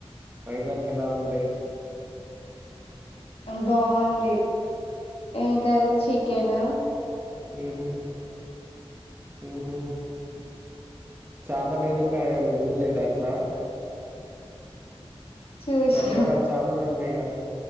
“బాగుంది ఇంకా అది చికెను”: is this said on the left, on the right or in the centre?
Left